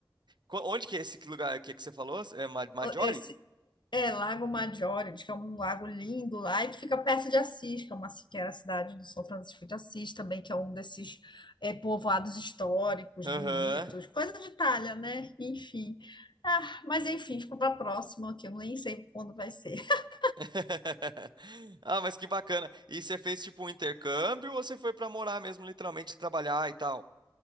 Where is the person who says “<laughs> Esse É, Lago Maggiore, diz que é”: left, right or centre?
Left